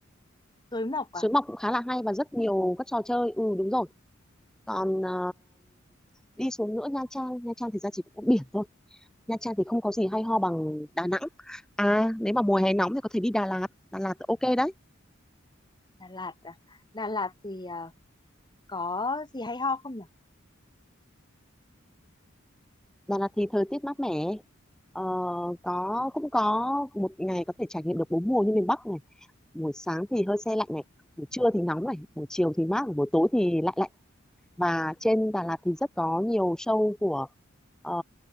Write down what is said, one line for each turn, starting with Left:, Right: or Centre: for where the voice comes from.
Left: tối mộc à
Centre: Suối Mọc cũng khá là hay và rất nhiều các trò chơi. Ừ đúng rồi. Còn ờ, đi xuống nữa Nha Trang, Nha Trang thì ra chỉ có biển thôi. Nha Trang thì không có gì hay ho bằng Đà Nẵng. À, nếu mà mùa hè nóng thì có thể đi Đà Lạt, Đà Lạt thì ok đấy.
Left: Đà Lạt à Đà Lạt thì à, có gì hay ho không nhỉ
Centre: Đà Lạt thì thời tiết mát mẻ. Ờ, có cũng có một ngày có thể trải nghiệm được bốn mùa như miền Bắc này. Buổi sáng thì hơi se lạnh này, buổi trưa thì nóng này, buổi chiều thì mát, buổi tối thì lạnh lạnh và trên Đà Lạt thì rất có nhiều show của ờ,